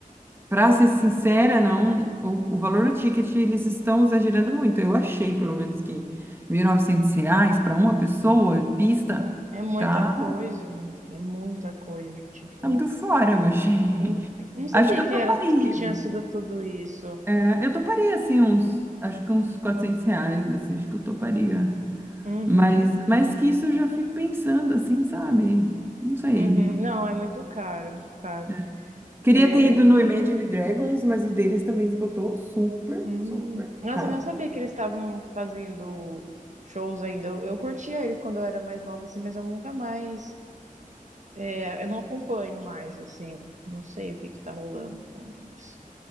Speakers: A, on the right; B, on the right.
A: pra ser sincera, não, o, o valor do ticket eles estão exagerando muito. Eu achei, pelo menos, que 1.900 reais para uma pessoa, pista,
B: É muita
A: tá,
B: coisa, é muita coisa. Tipo,
A: tá muito fora hoje.
B: eu não, não sabia
A: Acho que eu
B: que
A: toparia.
B: era que tinha sido tudo isso.
A: É, eu toparia, assim, uns, acho que uns 400 reais, assim, acho que eu toparia.
B: Uhum,
A: Mas, mas que isso eu já fico pensando, assim, sabe? Não sei.
B: uhum. Não, é muito caro, é muito caro.
A: né? Queria
B: É,
A: ter ido
B: é muito.
A: no Imagine Dragons, mas o deles também esgotou super,
B: Hum.
A: super
B: Nossa,
A: rápido.
B: eu não sabia que eles estavam fazendo shows ainda. Eu, eu curtia eles quando eu era mais nova, assim, mas eu nunca mais. é, eu não acompanho mais, assim. Não sei o que que tá rolando com isso.